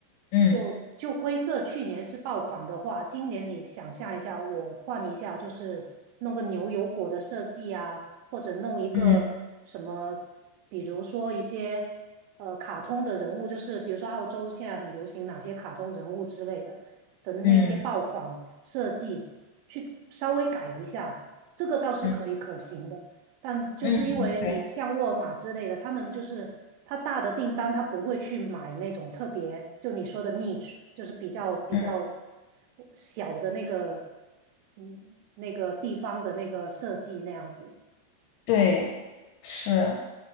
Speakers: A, on the left; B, on the right.
A: 嗯
B: 就就灰色去年是爆款的话，今年你想象一下，我换一下，就是弄个牛油果的设计啊，或者弄一个什么，
A: 嗯
B: 比如说一些呃卡通的人物，就是比如说澳洲现在很流行哪些卡通人物之类的的那些爆款设计，
A: 嗯
B: 去稍微改一下，这个倒是可以可行的。
A: 嗯
B: 但就是因为你像沃尔玛之类的，
A: 嗯，对，
B: 他们就是他大的订单，他不会去买那种特别，就你说的 niche，就是比较比较
A: 嗯
B: 小的那个，嗯，那个地方的那个设计那样子，
A: 对，是。